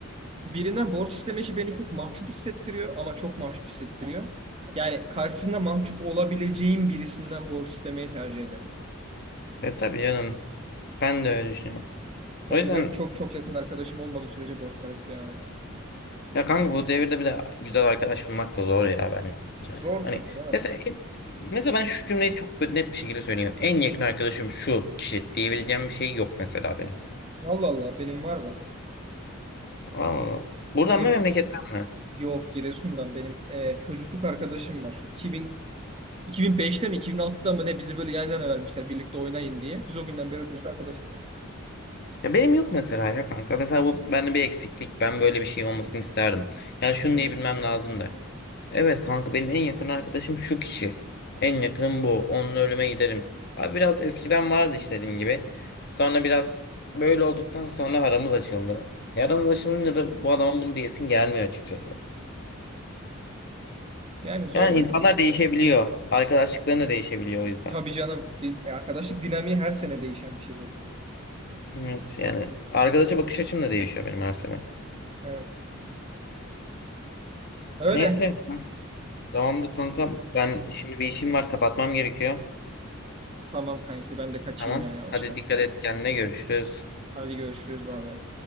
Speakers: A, on the right (about 30°); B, on the left (about 50°).
A: birinden borç isteme işi beni çok mahcup hissettiriyor ama çok mahcup hissettiriyor. Yani karşısında mahcup olabileceğim birisinden borç istemeyi tercih ederim.
B: E tabii canım. Ben de öyle düşünüyorum.
A: O
B: O yüzden
A: yüzden çok çok yakın arkadaşım olmadığı sürece borç para isteyemem.
B: ya kanka bu devirde bir de güzel arkadaş bulmak da zor ya bence.
A: Zor
B: Hani
A: tabii. canım.
B: mesela, mesela ben şu cümleyi çok böyle net bir şekilde söyleyeyim. En yakın arkadaşım şu kişi diyebileceğim bir şey yok mesela benim.
A: Allah Allah benim var bak.
B: Anladın mı? Buradan
A: Benim
B: mı memleketten mi?
A: Yok Giresun'dan benim e, çocukluk arkadaşım var. 2000, 2005'te mi 2006'da mı ne bizi böyle yan yana vermişler birlikte oynayın diye. Biz o günden beri o çocukluk arkadaşız.
B: Ya benim yok mesela ya kanka. Mesela bu bende bir eksiklik. Ben böyle bir şey olmasını isterdim. Yani şunu
A: Hmm.
B: diyebilmem lazım da. Evet kanka benim en yakın arkadaşım şu kişi. En yakınım bu. Onunla ölüme giderim. Abi biraz eskiden vardı işte dediğim gibi. Sonra biraz böyle olduktan sonra aramız açıldı. E Aramız açılınca da bu adamın bunu diyesin gelmiyor açıkçası.
A: Yani zor
B: Yani
A: be
B: insanlar
A: kanka.
B: değişebiliyor. Arkadaşlıkların da değişebiliyor o yüzden.
A: Tabii canım. Din- e, Arkadaşlık dinamiği her sene değişen bir şey zaten.
B: Evet yani arkadaşa bakış açım da değişiyor benim her sene.
A: Evet. Öyle.
B: Neyse Tamamdır kankam. Ben şimdi bir işim var kapatmam gerekiyor.
A: Tamam kanki ben de kaçayım
B: Tamam.
A: ya yavaştan.
B: Hadi dikkat et kendine görüşürüz.
A: Hadi görüşürüz bay bay.